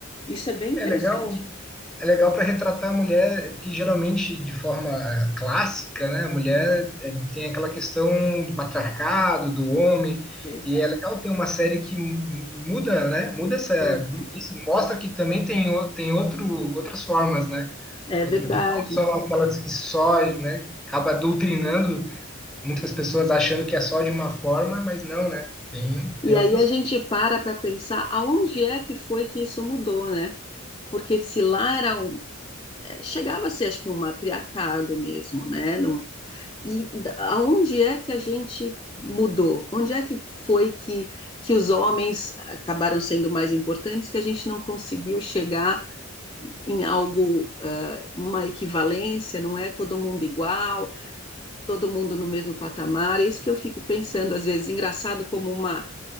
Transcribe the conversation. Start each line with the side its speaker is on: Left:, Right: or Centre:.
Left: Isso é bem interessante.
Centre: É legal, é legal para retratar a mulher, porque geralmente de forma clássica, né, a mulher
Left: Uhum,
Centre: é, tem aquela questão do patriarcado, do homem,
Left: exato.
Centre: e é legal ter uma série que mu- muda, né, muda essa,
Left: Uhum,
Centre: isso mostra que também tem, o- tem outro, outras formas, né,
Left: é
Centre: outro,
Left: verdade.
Centre: que não são aquelas que só, né, acaba doutrinando muitas pessoas achando que é só de uma forma, mas não, né, tem,
Left: E
Centre: tem
Left: aí
Centre: outras
Left: a gente para para pensar aonde é que foi que isso mudou, né? Porque se lá era um- chegava a ser, acho que, um matriarcado mesmo, né? Não- e da- aonde é que a gente mudou? Onde é que foi que, que os homens acabaram sendo mais importantes, que a gente não conseguiu chegar em algo, ah, uma equivalência, não é todo mundo igual, todo mundo no mesmo patamar? É isso que eu fico pensando, às vezes, engraçado como uma